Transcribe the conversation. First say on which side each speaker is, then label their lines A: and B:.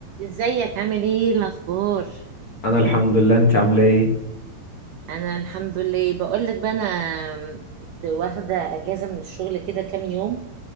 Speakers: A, on the right; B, on the left.
A: ازيك عامل ايه الاخبار
B: انا الحمد لله انت عامله ايه
A: انا الحمد لله بقول لك بقى انا كنت واخده اجازه من الشغل كده كام يوم